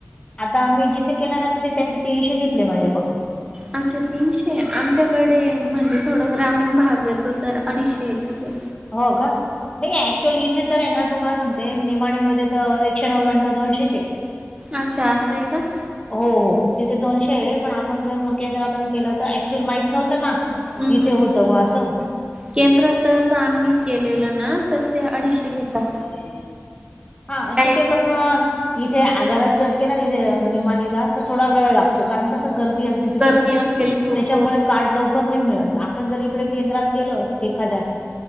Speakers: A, on the left; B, on the right.
A: आता मी जिथे केला ना तिथे त्यांनी तीनशे घेतले माझ्याकडून
B: अच्छा तीनशे आमच्याकडे म्हणजे थोडा ग्रामीण भाग येतो तर अडीचशे आहे तिथे
A: हो का नाही ऍक्च्युअली इथे तर आहे ना तुम्हाला सांगते निमाणी मध्ये तर एकशे नव्याण्णव दोनशेचे.
B: अच्छार अस का
A: हो हो तिथे दोनशे आहे पण आपण जर म केंद्रातून केलं तर ऍक्च्युअल माहित नव्हतं ना.
B: हम्
A: इथे
B: हम्
A: होतं बा असं.
B: केंद्रातच आम्ही केलेलं ना, तर ते अडीचशे घेतात.
A: <unintelligible> हा
B: काही
A: तिथे
B: जण
A: पण मं इथे आगारात जर केला ना इथे निमाणीला तर थोडा वेळ लागतो कारण कसं गर्दी अस त्या तिथे
B: गर्दी
A: खूप
B: असेल खूप
A: त्याच्यामुळे
B: हो
A: कार्ड लवकर नाही मिळत आपण जर इकडे केंद्रात केलं एखाद्या